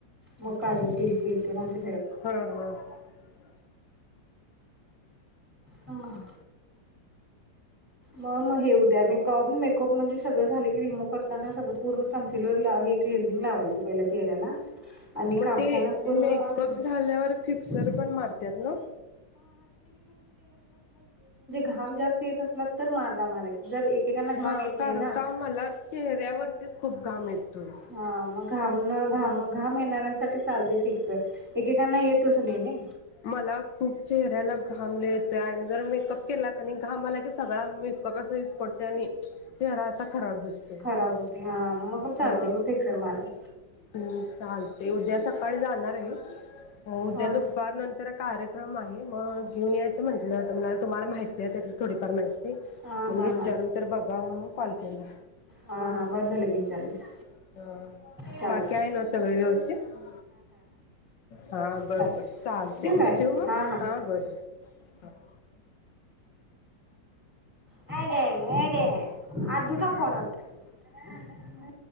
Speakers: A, in the centre; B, on the left.
A: म काजळ तीट <unintelligible> असल
B: बरं बरं रिकामा ऑडिओ
A: हम म म हे होते आणि मेकअप म्हणजे सगळ झाले की रिमूव्ह करताना सगळ पूर्ण कन्सिलर ला हे क्लीन लावायचा पहिला चेहऱ्याला आणि
B: मग
A: कापसान
B: ते
A: पुर्ण
B: मेकअप
A: पुसू
B: झाल्यावर फिक्सर पण मारतात ना
A: <unintelligible> घाम जास्त येत असला तर माझा मारायचा. जर एकेकांना घाम
B: हा
A: येत नाही
B: कारण
A: ना
B: का मला चेहऱ्यावरतीच खूप घाम येतोय.
A: हा मग घाम घाम घाम येणाऱ्यांसाठी चालते की एकेकांना येत तसं नाही नई
B: मला खूप चेहऱ्याला घाम लई येतोय. ते आणि जरा मेकअप केला की नाइ घाम आला की सगळाच मग अस विसकटतोय आणि आणि चेहरा असा खराब दिसतो
A: खराब होते हा मग पण चालते
B: हा
A: मग फिक्सर मारायच
B: हम् चालतय उद्या सकाळी जाणार आहे उद्या
A: हा
B: दुप तर कार्यक्रम आहे मग घेऊन यायचं म्हटलं त्यांना तुम्हाला माहि <unintelligible> थोडीफार माहिती म्हणून
A: हा हा
B: विचारून
A: हा
B: तर बघूया म्हणून कॉल केला
A: हा हा बरं झालं घे विचारलीस
B: हा.
A: चालत
B: बाकी आहे ना सगळे व्यवस्थित हा बर
A: चालेल
B: बर चालतंय
A: ठीक आहे
B: ठेवू मग
A: हां हां
B: हा बर बर
A: आयडे आयड्या आधीचा फोन आलता